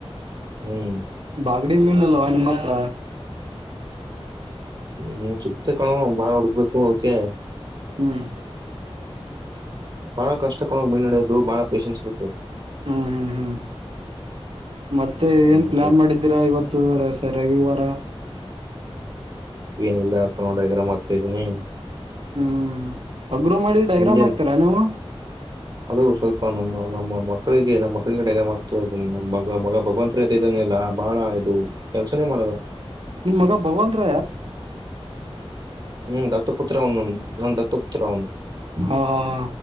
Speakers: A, on the right; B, on the right.
A: ಹ್ಮ್
B: ಬಾಗಡಿ ಮೀನುಲ್ಲ ಮಾತ್ರ
A: ಹ್ಮ್ ಸಿಕ್ತೆ ಕಣು ಬಾಳ ಹುಡ್ಕ್ಬೇಕು ಕೆ
B: ಹ್ಮ್
A: ಬಾಳ ಕಷ್ಟಕೊಳ್ಳೋ ಮಿನ್ನಡೆಯೋದು ಬಹಳ ಪೇೇಶನ್ಸ್ ಬೇಕು
B: ಹ್ಮ್ ಹ್ಮ್ ಹ್ಮ್ ಮತ್ತೆ
A: ಹ್ಮ್
B: ಏನ್ ಪ್ಲಾನ್ ಮಾಡಿದ್ದೀರಾ ಇವತ್ತು ರವಿವಾರ
A: ಏನಿಲ್ಲ ಅ ನೋಡಗರ ಮಾ್ತಾ ಇದೀನಿ
B: ಹ್ಮ್ ಹ್ಮ್ಮ ಅಗ್ರೋ ಮಾಡಿ ಡೈಗ್ರಾಮ್
A: ನಿಂದೇನ್
B: ಆಗ್ತಾರಾ ನೀವು
A: ಅದು ಸ್ವಲ್ಪ ನಮ್ಮ ನಮ್ಮ ಮಕ್ಕಳಿಗೆ ನಮ್ಮ ಮಕ್ಳ ಕಡೆ ಎಲ್ಲ ಮತ ಅ ಮ ಭಗವಂತ ಶೀತೆ ಇದಾನೆ ಎಲ್ಲ ಬಾಳ ಇದು ಕೆಲ್ಸನೇ ಮಾಡದ
B: ನಿಮ್ಮ್ ಮಗ ಭಗವಂತ್ರ
A: ಹ್ಮ್ ದತ್ತಪುತ್ರ ಅವನು ನನ್ನ ದತ್ತಪುತ್ರ ಅವನು
B: ಹಾ ಹಾ ಹಾ